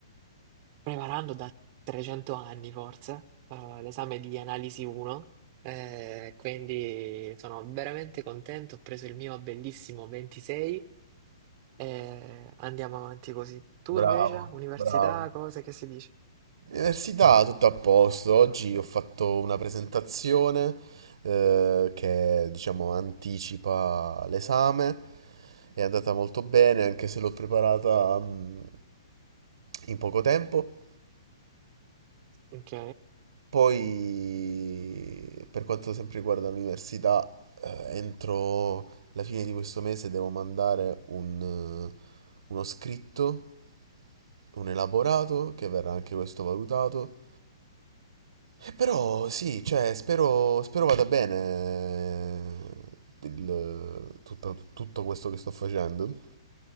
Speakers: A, on the right; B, on the right.
A: preparando da 300 anni, forse, eh, l'esame di analisi 1. eh, quindi sono veramente contento, ho preso il mio bellissimo 26 e andiamo avanti così. Tu
B: Bravo,
A: invece, università,
B: bravo.
A: cose che si dice?
B: Università, tutto a posto. Oggi ho fatto una presentazione eh, che, diciamo, anticipa l'esame. È andata molto bene, anche se l'ho preparata mm, in poco tempo.
A: Ok.
B: Poi, per quanto sempre riguarda l'università, eh, entro la fine di questo mese devo mandare un, eh, uno scritto un elaborato che verrà anche questo valutato. E però sì, cioè, spero, spero vada bene eh, il- tutta- tutto questo che sto facendo.